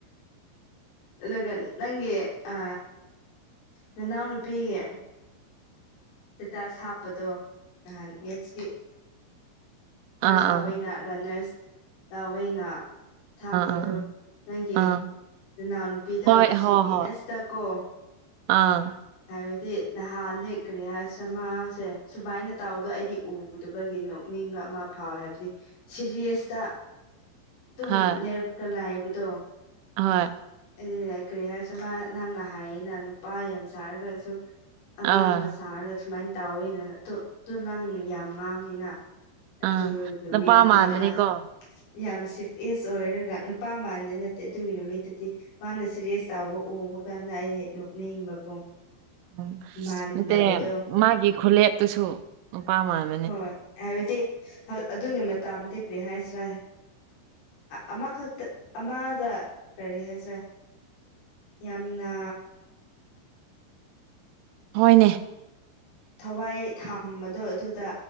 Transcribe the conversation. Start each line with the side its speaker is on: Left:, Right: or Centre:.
Left: ꯑꯗꯨꯒ ꯅꯪꯒꯤ ꯑ ꯅꯅꯥꯎ ꯅꯨꯄꯤꯒꯤ ꯁꯦꯇꯥꯁ ꯍꯥꯞꯄꯗꯣ ꯅꯍꯥꯟ ꯃꯦꯠꯁꯀꯤ ꯐꯥꯔꯁ
Right: ꯑꯥ
Left: ꯇꯥꯋꯏꯅ
Right: ꯑꯥ ꯑꯥ
Left: ꯔꯟꯅꯔꯁ ꯇꯥꯑꯣꯏꯅ ꯊꯝꯕꯗꯣ
Right: ꯑꯥ ꯑꯥ
Left: ꯅꯪꯒꯤ
Right: ꯑꯥ
Left: ꯏꯅꯥꯎꯅꯨꯄꯤꯗꯣ
Right: ꯍꯣꯏ
Left: ꯁꯤꯔꯤꯁꯇ
Right: ꯍꯣꯏ ꯍꯣꯏ
Left: ꯀꯣ
Right: ꯑꯥ
Left: ꯍꯥꯏꯕꯗꯤ ꯅꯍꯟꯗꯤ ꯀꯔꯤ ꯍꯥꯏ ꯁꯃꯥꯁꯦ ꯁꯨꯃꯥꯏꯅ ꯇꯥꯎꯗ ꯑꯩꯗꯤ ꯎꯗꯕꯒꯤ ꯅꯣꯛꯅꯤꯡꯕ ꯑꯃ ꯐꯥꯎꯋꯦ ꯍꯥꯏꯕꯗꯤ ꯁꯤꯔꯤꯁꯇ ꯑꯗꯨꯝ
Right: ꯍꯣꯏ
Left: ꯂꯩꯀ ꯂꯥꯛꯑꯕꯗꯣ
Right: ꯍꯣꯏ
Left: ꯑꯩꯅꯦ ꯀꯔꯤ ꯍꯥꯏꯔꯁꯨ ꯃꯥ ꯅꯪꯅ ꯍꯥꯏꯌꯦꯅ ꯅꯨꯄꯥ ꯌꯥꯝ ꯁꯥꯔꯒꯁꯨ ꯑꯉꯥꯡꯒ
Right: ꯑꯥ
Left: ꯁꯥꯔꯒ ꯁꯨꯃꯥꯏꯅ ꯇꯧꯋꯦꯅ ꯑꯗꯨ ꯑꯗꯨ ꯅꯪ ꯌꯥꯝ ꯉꯥꯡꯉꯤꯅ ꯑꯗꯨ
Right: ꯑꯥ
Left: ꯅꯨꯃꯤꯠꯇꯗꯤ
Right: ꯅꯨꯄꯥ ꯃꯥꯟꯕꯅꯤꯀꯣ
Left: ꯃꯥ ꯌꯥꯝ ꯁꯤꯐ ꯑꯦꯖ ꯑꯣꯏꯔꯒ ꯅꯨꯄꯥ ꯃꯥꯟꯗꯤ ꯅꯠꯇꯦ ꯑꯗꯨꯒꯤ ꯅꯨꯃꯤꯠꯇꯗꯤ ꯃꯥꯅ ꯁꯦꯔꯦꯁ ꯆꯥꯎꯕ ꯎꯕ ꯀꯥꯟꯗ ꯑꯩꯗꯤ ꯅꯣꯛꯅꯤꯡꯕꯀꯣ
Right: ꯎꯝ
Left: ꯃꯥꯟꯗꯕꯗꯣ
Right: ꯅꯠꯇꯦ ꯃꯥꯒꯤ ꯈꯨꯂꯦꯞꯇꯨꯁꯨ ꯅꯨꯄꯥ ꯃꯥꯟ
Left: ꯍꯣꯏ ꯍꯥꯏꯕꯗꯤ ꯑꯗꯨꯒꯤ ꯃꯇꯥꯝꯗꯤ ꯀꯔꯤ ꯍꯥꯏꯁꯤꯔꯥ ꯑꯃꯈꯛꯇ ꯑꯃꯗ ꯀꯔꯤ ꯍꯥꯏꯁꯦꯔꯥ ꯌꯥꯝꯅ
Right: ꯍꯣꯏꯅꯦ
Left: ꯊꯋꯥꯏ ꯊꯝꯕꯗꯣ ꯑꯗꯨꯗ